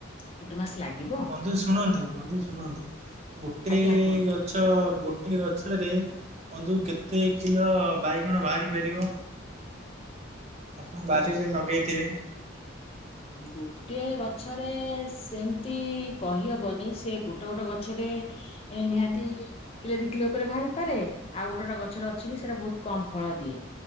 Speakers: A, on the left; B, on the right.
A: ଗୋଟେ ମାସ ଲାଗିବ।
B: ବନ୍ଧୁ ଶୁଣନ୍ତୁ ବନ୍ଧୁ ଶୁଣନ୍ତୁ ଗୋଟେ
A: ଆଜ୍ଞା କୁହନ୍ତୁ।
B: ଗ ଛ ଗୋଟେ ଗଛରେ ବନ୍ଧୁ କେତେ କିଲୋ ବାଇଗଣ ବାହାରି ପାରିବ? ଆପଣ ବାରିରେ ନଗେଇଥିବେ।
A: ଗୋଟିଏ ଗଛରେ ସେମିତି କହିହବନି ସେ ଗୋଟେ ଗୋଟେ ଗଛରେ ଏ ନିହାତି କିଲୋ ଦି କିଲୋ ଉପରେ ବାହାରିପାରେ। ଆଉ ଗୋଟେ ଗୋାଟେ ଗଛଟେ ଅଛି କି ସେଟା ବହୁତ କମ ଫଳ ଦିଏ।